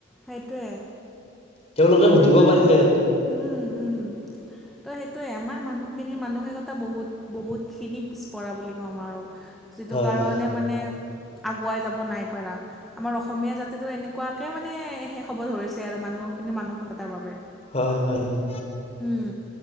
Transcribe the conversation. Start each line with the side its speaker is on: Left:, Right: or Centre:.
Centre: সেইটোৱে।
Left: তেওঁলোকে
Centre: তই
Left: সুধিব
Centre: সেইটোৱে
Left: পাৰিলেহেঁতেন
Centre: উম উম, তই সেইটোৱে। আমাৰ মানুহ খিনিৰ মানসিকতা বহুত বহুতখিনি পিছপৰা বুলি ক'ম আৰু। যিটো
Left: হয়
Centre: কাৰণে
Left: হয়
Centre: মানে আগুৱাই যাব নাইপাৰা। আমাৰ অসমীয়া জাতিটো এনেকুৱাকে মানে শেষ হ'ব ধৰিছে আৰু মানুহখিনিৰ মানসিকতাৰ বাবে।
Left: হয় হয় হয়।
Centre: উম